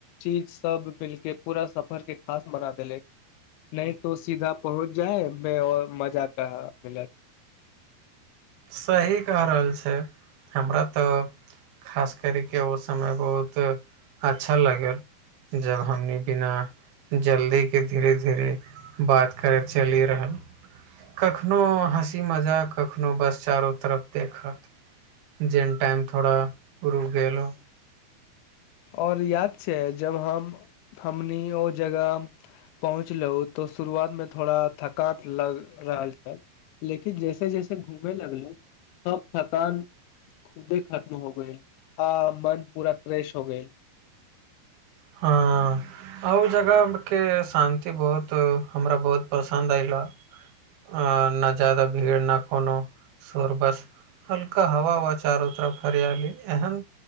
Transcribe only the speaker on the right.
सही कह रहल छै हमरा तऽ खास करिक ओ समय बहुत अच्छा लागल जबहमी बिना जल्दी के धीरे धीरे बात करैत चलि रहल कखनो हँसी मजाक कखनो बस चारो तरफ देखत जेहन टाइम थोड़ा रुक गेल हो
हाँ आओर जगह के शान्ति बहुत हमरा बहुत पसन्द अयला अ न जादा भीड़ न कोनो शोर बस हल्का हा वा चारो तरफ हरियली एहन